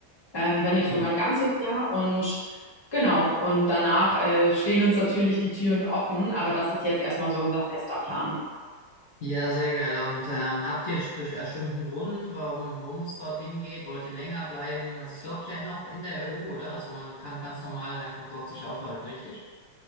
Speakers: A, on the left (about 15°); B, on the left (about 60°).
A: ähm, wenn nicht
B: Ja,
A: sogar ein ganzes Jahr und genau, und danach äh, stehen uns natürlich die Türen offen, aber das ist jetzt erstmal so unser fester Plan.
B: Ja, sehr geil. Und ähm, habt ihr einen bestimmten Grund, warum, worum es dorthin geht? Wollt ihr länger bleiben? Also ich glaube ja noch in der EU, oder? Also man kann ganz normal einfach dort sich aufhalten, richtig?